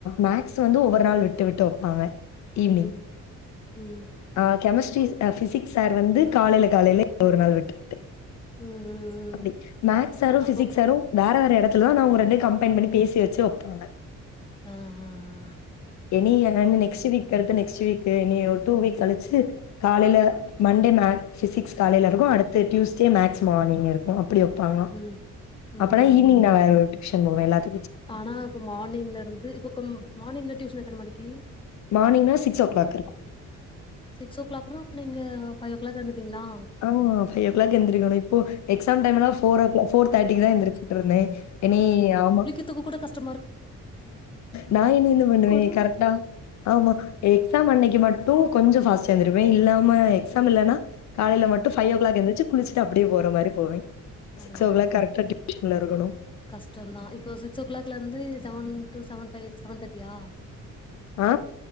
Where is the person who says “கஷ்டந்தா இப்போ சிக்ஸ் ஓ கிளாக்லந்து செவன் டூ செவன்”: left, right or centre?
Left